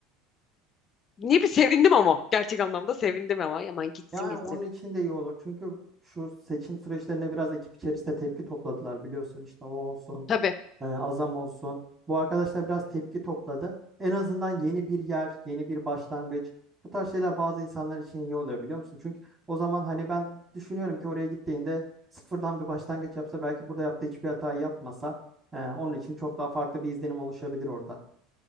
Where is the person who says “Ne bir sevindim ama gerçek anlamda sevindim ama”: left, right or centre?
Left